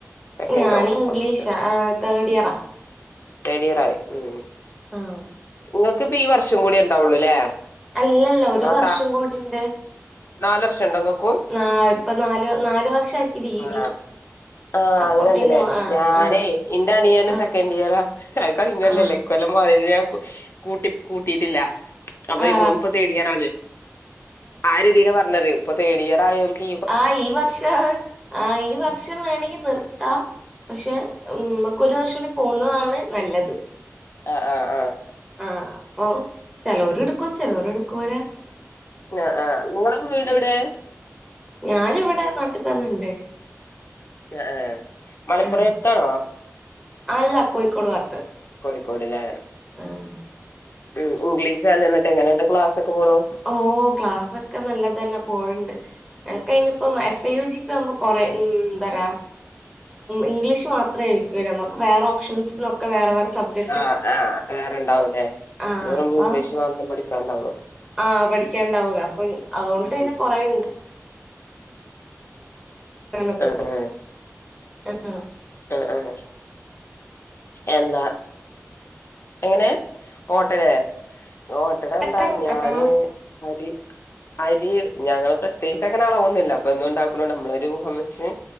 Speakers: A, on the left; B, in the centre.
A: സെക്കൻഡോ
B: ഞാൻ ഇംഗ്ലീഷാ
A: ഫസ്റ്റ്
B: ആഹ് തേർഡ് ഇയറാ
A: തേർഡ് ഇയർ ആയോ ഉം
B: ആഹ്
A: നിങ്ങൾക്കിപ്പോ ഈ വർഷം കൂടി ഉണ്ടാവുള്ളുല്ലേ
B: അല്ലല്ല
A: നിങ്ങള്
B: ഒരു വർഷം
A: ന
B: കൂടിണ്ട്
A: നാലുവർഷം ഉണ്ടോ നിങ്ങക്കു
B: നാ ഇപ്പ നാല് നാലു വർഷം ആക്കി ഡിഗ്രി-
A: ആഹ് ആഹ്
B: അപ്പൊ
A: അങ്ങനെ ഉണ്ടല്ലേ
B: പിന്നെ ആ
A: ഞാനേ
B: ആ
A: ഇന്റെ അനിയനും
B: ആ
A: സെക്കൻ് ഇയറാ കഴി കഴിഞ്ഞുലല്ലേ
B: ആ
A: ഈ കൊല്ലം <unintelligible> ഞാൻ കൂട്ടി കൂട്ടിയിട്ടില്ല അപ്പോ
B: ആ
A: ഓൻ ഇപ്പോ തേർഡ് ഇയറാണ് ആ രീതിനാ പറഞ്ഞത് ഇപ്പോ തേർഡ് ഇയർ ആയവൽക്ക്
B: ആഹ് ഈ വർഷം ആഹ് ഈ വർഷം വേണെങ്കിൽ നിർത്താം പക്ഷെ നമുക്കൊരു വർഷം കൂടി പോകുന്നതാണ് നല്ലത്
A: ആഹ് ആഹ് ആഹ് -
B: ആഹ് അപ്പോ ചെലോര് എടുക്കും ചെലോര് എടുക്കുവല്ല
A: ആഹ് ആഹ് നിങ്ങടെ വീട് എവിടെയാ
B: ഞാനിവിടെ നാട്ടി തന്നെയുണ്ട്
A: ആഹ് ആഹ് മലപ്പുറത്താണോ?
B: ആഹ് അല്ല കോഴിക്കോട് ഭാഗത്ത്
A: കോഴിക്കോട്ഇല്ലേ
B: ആഹ്
A: ഉം ഇംഗ്ലീഷ് അല്ലേ എന്നിട്ട് എങ്ങനെ ക്ലാസ് ഒക്കെ പോണു
B: ഓഹ് ക്ലാസ് ഒക്കെ നല്ലത് തന്നെ പോയിണ്ട് ഞങ്ങക്ക് അയിനിപ്പോ എഫ് ഐ യു ജി ഇതാകുമ്പോ കൊറെ ഉം പറാ ഇംഗ്ലീഷ് മാത്രം ആയിരിക്കുല്ലോ നമക്ക് വേറെ ഓപ്ഷൻസ് നോക്ക് വേറെ വേറെ സബ്ജെക്ട്
A: ആഹ് ആഹ് വേറെണ്ടാവൂല്ലേ
B: ആഹ്
A: ഇത് വെറും
B: അപ്പൊ
A: ഇംഗ്ലീഷ് മാത്രം പഠിക്കാനൊ ണ്ടാവുള്ളു
B: ആഹ് പഠിക്കാനൊണ്ടാവൂലോ അപ്പോ അതുകൊണ്ട്
A: ഉം
B: പിന്നെ കൊറേയുണ്ട് അങ്ങനെ പോകും
A: ആഹ് ആഹ്
B: ആന്നോ
A: ആഹ് ആഹ് എന്താ എങ്ങനെ ഓട്ടടയോ ഓട്ടട എന്താ
B: ആഹ്
A: ഞാന്
B: ആഹ്
A: അരി അരി ഞങ്ങള് പ്രത്യേകിച്ച് അങ്ങനെ അളവൊന്നുമില്ല അപ്പോ എന്നും ഉണ്ടാക്കണ കൊണ്ട് നമ്മളൊരു ഊഹം വെച്ച്